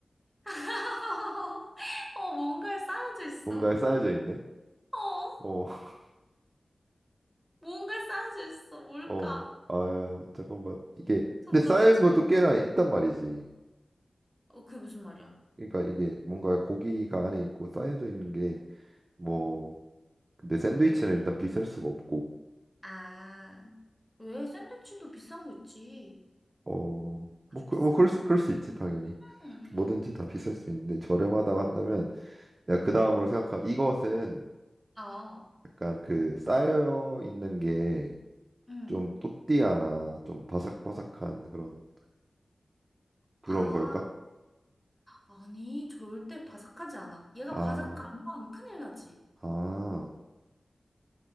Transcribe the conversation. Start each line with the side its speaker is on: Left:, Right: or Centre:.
Centre: <laughs> 어, 뭔가에 쌓여져 있어.
Right: 뭔가에 쌓여져 있네.
Centre: 어,
Right: 어, <laughs>
Centre: 뭔가에 쌓여져 있어. 뭘까?
Right: 어. 아야, 잠깐만. 이게
Centre: 정답
Right: 근데 쌓인
Centre: 외치.
Right: 것도 꽤나 있단 말이지.
Centre: 어, 그게 무슨 말이야?
Right: 그러니까 이게 뭔가 고기가 안에 있고 쌓여져 있는 게 뭐 근데 샌드위치는 일단 비쌀 수가 없고
Centre: 아, 왜 샌드위치도 비싼 거 있지?
Right: 어,
Centre: 아주
Right: 뭐, 그,
Centre: 비싸면.
Right: 뭐 그럴 수, 그럴 수 있지 당연히
Centre: 음,
Right: 뭐든지 다 비쌀 수 있는데 저렴하다고 한다면 내가 그 다음으로 생각한 이것은
Centre: 어,
Right: 약간 그 쌓여 있는 게
Centre: 음.
Right: 좀 또띠아나 좀 바삭바삭한 그런 그런
Centre: 아,
Right: 걸까?
Centre: 아니, 절대 바삭하지 않아. 얘가
Right: 아,
Centre: 바삭하면 큰일 나지.
Right: 아,